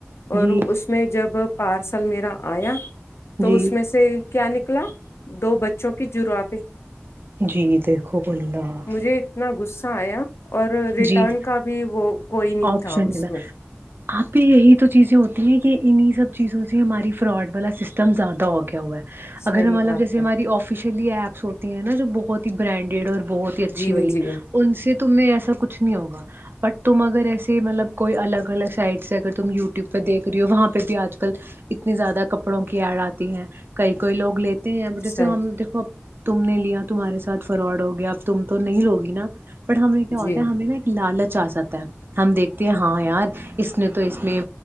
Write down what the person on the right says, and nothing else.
جی
جی
جی دیکھو اللہ
جی
آپشن
ادھر
آپ پہ یہی تو چیزیں ہوتی ہیں کہ انہ سب چیزوں سے ہماری فراڈ والا سسٹم زیادہ ہو گیا ہوا ہے
اگر ہمطلب
جیسے
ہماری آفیشلی ایپ ہوتی ہیں نا جو بہت ہی برانڈیڈ اور بہت ہی اچھی
بلی
ان سے ت ایس کچھ نہیں ہوگا بٹ تم اگر اگر ایسے مطلب کوئی الگ الگ سائٹس اگر تم یوٹیوب پہ دیکھ رہی ہو وہاں پہ بھی آج کل اتنی زیادہ کپڑوں کی ایڈ آتی ہیں کئی کوئی لوگ لیتے ہیں اب جیسے
ہم دیکو تم نے لیا تمہارے سات فراڈ ہو گیا اب تم تو نہیں لوگی نا بٹ ہمیں کیا ہوتا
ہے ہمیں نا ایک لالچ اجازت ہے ہم دیکھتے ہیں ہاں یار اس نے تو اس میں